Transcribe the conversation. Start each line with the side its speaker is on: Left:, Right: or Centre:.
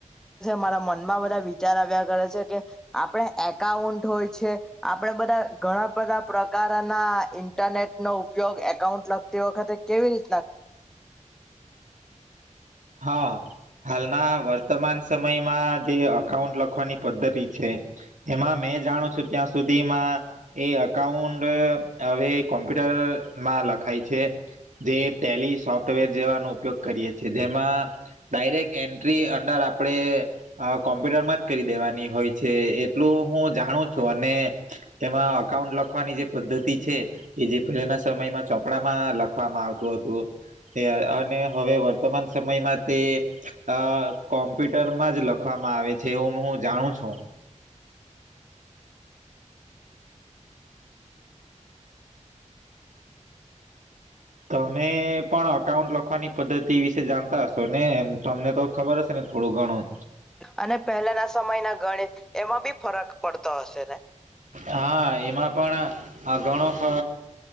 Centre: મારા મનમાં બધા વિચાર આવ્યા કરે છે કે આપણે એકાઉન્ટ હોય છે આપણે બધા ઘણા બધા પ્રકારના ઇન્ટરનેટનોો ઉપયોગ એકાઉન્ટ લગતી વખતે કેવી રીતના
Right: હા હાલના વર્તમાન સમયમાં જે અકાઉન્ટ લખવાની પદ્ધતિ છે એમાં મેં જાણું છું ત્યાં સુધીમાં એ અઉન્ટ હવે કોમ્પ્યુટરમાં લખાય છે જે ટેલ સોફ્ટવેર જેવાનો ઉપયોગ કરીએ છે જેમાં ડાયરેક્ટ એન્ટ્રી અંડર આપણે કોમ્પ્યુટરમાં જ કરી દેવાની હોય છે એટલું હું જાણું છું અને એમાં અકાઉન્ટ લખવાની જે પદ્ધતિ છે એ જે પહેલાના સમયમાં ચોપડામાં લખવામાં આવતું હતું અને હવે વર્તમાન સમયમાં તે અ કોમ્પ્યુટરમાં જ લખવામાં આવે છે એવું હું જાણું છું તમે પણ અકાઉન્ટ લખવાની પદ્ધતિ વિશે જાણતા હશો નેમ તમને તો ખબર હશે ને થોડું ઘણું
Centre: અને પહેલાના સમયના ગણિત એમાં બી ફરક પડતો હશે ને
Right: હા એમાં પણ ઘણો ખ